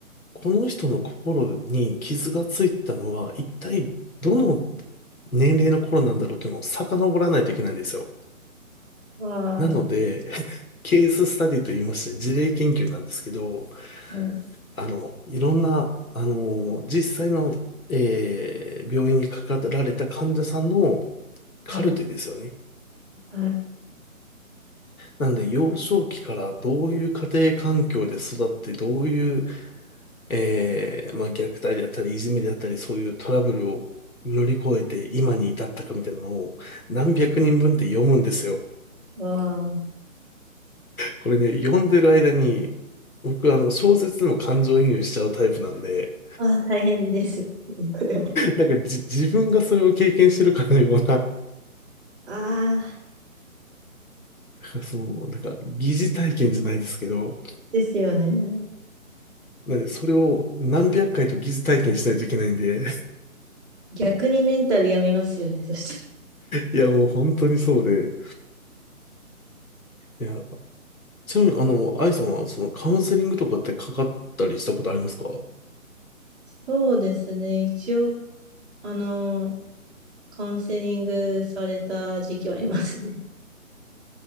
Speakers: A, on the left; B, in the centre.
A: この人の心に傷がついたのは、一体どの年齢の頃なんだろうというのを遡らないといけないんですよ。
B: あ、わあ、
A: なので、<laughs> ケーススタディと言いまして、事例研究なんですけど、
B: はい、
A: あの、いろんな、あの、実際の、えー病院にかかられた患者さんのカルテですよね。
B: はい、はい、
A: なんで、幼少期からどういう家庭環境で育って、どういえー、まあ、虐待であったり、いじめであったり、そういうトラブルを乗り越えて今に至ったかみたいなのを何百人分って読むんですよ。
B: わあ。
A: これね、読んでる間に、僕、あの、小説にも感情移入しちゃうタイプなんで、
B: ああ、大変ですね。<laughs> これは。
A: なんかじ、自分がそれを経験してるかのような、だか
B: ああ、
A: らその、なんか、疑似体験じゃないですけど、
B: ですよね。
A: なんで、それを何百回と疑似体験しないといけないんで、
B: 逆にメンタル病みますよね。そして。
A: いや、もう本当にそうで、いや、ちなみに、あの、愛さんは、その、カウンセリングとかってかかったりしたことありますか
B: そうですね。一応、あの、カウンセリングされた時期はありますね。